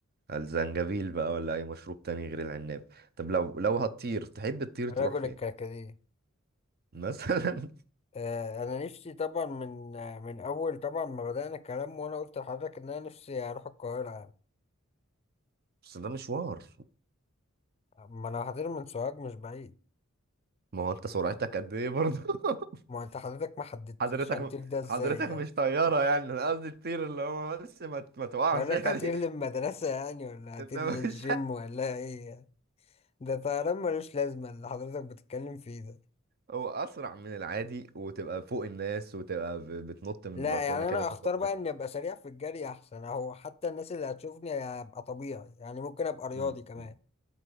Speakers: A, on the right; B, on the left.
A: الزنجبيل بقى ولا اي مشروب تاني غير العناب طب لو لو هتطير تحب تطير
B: رجل
A: تروح فين
B: الكركديه
A: مثلا
B: آه انا نفسي طبعا من آه، من اول طبعا ما بدأنا الكلام وانا قلت لحضرتك ان انا نفسي اروح القاهرة يعني
A: <laughs> بس ده مشوار
B: ما انا هطير من سوهاج مش بعيد
A: ما هو انت سرعتك قد ايه برضه <laughs>
B: ما انت حضرتك ما حددتليش
A: حضرتك
B: هنطير ده ازاي
A: حضرتك
B: يعني
A: مش طيارة يعني انا قصدي تطير اللي هو بس ما ما تقعش
B: اقول لك
A: يعني
B: هطير للمدرسة يعني
A: <laughs>
B: ولا هطير
A: انما
B: للجيم
A: مش
B: ولا ايه يعني؟ ده طيران ملوش لازمة اللي حضرتك بتتكلم فيه ده
A: هو اسرع من العادي وتبقى فوق الناس وتبقى ب- بتنط من
B: لا
A: البلكونه
B: يعني
A: كده
B: انا
A: ما
B: اختار
A: تبقى-
B: بقى اني ابقى سريع في الجري احسن اهو حتى الناس اللي هتشوفني هبقى طبيعي يعني ممكن ابقى رياضي
A: مم،
B: كمان
A: مم.